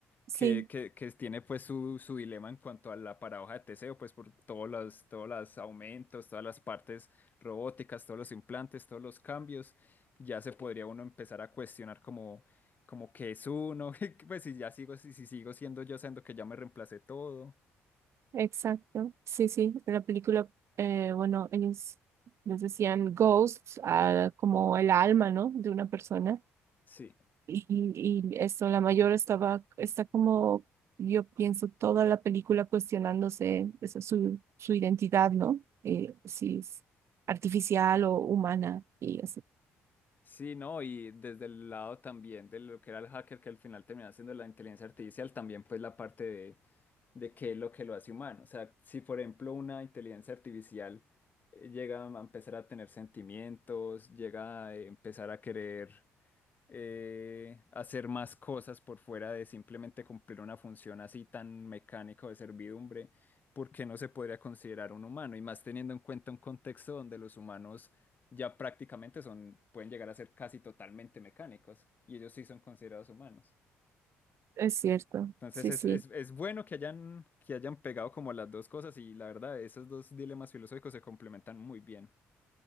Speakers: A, on the right; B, on the left.
A: Sí,
B: que, que, que tiene pues su, su dilema en cuanto a la paradoja de Teseo, pues por todos los, todos los aumentos, todas las partes robóticas, todos los implantes, todos los cambios, ya se podría uno empezar a cuestionar como, como qué es uno, <laughs> pues si ya sigo, si, si sigo siendo yo, siendo que ya me reemplacé todo.
A: exacto. Sí, sí. La película, eh, bueno, ellos les decían ghosts, ah, como el alma, ¿no? De una persona.
B: Sí.
A: Y, y eso, la mayor estaba, está como, yo pienso, toda la película cuestionándose eso, su, su identidad, ¿no? Eh, si es artificial o humana, y eso.
B: Sí, no, y desde el lado también de lo que era el hacker, que al final termina siendo la inteligencia artificial, también pues la parte de, de qué es lo que lo hace humano. O sea, si por ejemplo una inteligencia artificial eh, llega a empezar a tener sentimientos, llega a empezar a querer eh, hacer más cosas por fuera de simplemente cumplir una función así tan mecánica o de servidumbre, porque no se podría considerar un humano? Y más teniendo en cuenta un contexto donde los humanos ya prácticamente son, pueden llegar a ser casi totalmente mecánicos, y ellos sí son considerados humanos.
A: Es cierto,
B: Entonces
A: sí,
B: es,
A: sí,
B: es, es bueno que hayan, que hayan pegado como las dos cosas y la verdad, esos dos dilemas filosóficos se complementan muy bien.